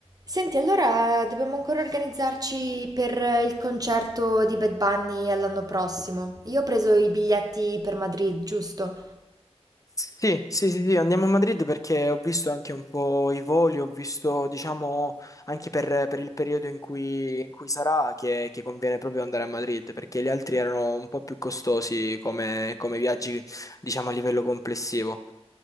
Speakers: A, on the right; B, on the left.
A: Senti, allora dobbiamo ancora organizzarci per il concerto di Bad Bunny all'anno prossimo. Io ho preso i biglietti per Madrid, giusto?
B: Sì, sì, sì, sì, andiamo a Madrid perché ho visto anche un po' i voli, ho visto, diciamo, anche per, per il periodo in cui, in cui sarà che, che conviene proprio andare a Madrid perché gli altri erano un po' più costosi come, come viaggi, diciamo, a livello complessivo.